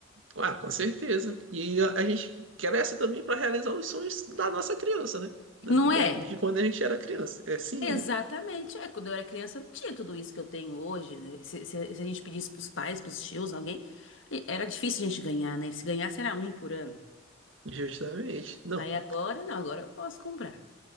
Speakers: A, on the right; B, on the left.
A: Ah, com certeza. E a, a gente cresce também para realizar os sonhos da nossa criança, né? Da-
B: Não
A: da-
B: é?
A: de quando a gente era criança. É, sim,
B: Exatamente. É, quando eu era criança, não tinha tudo isso que eu tenho hoje, né? Se, se- se a gente pedisse pros pais, pros tios, alguém, e- era difícil a gente ganhar, né? Se ganhasse era um por ano.
A: justamente. Não,
B: Aí agora, não, agora eu posso comprar.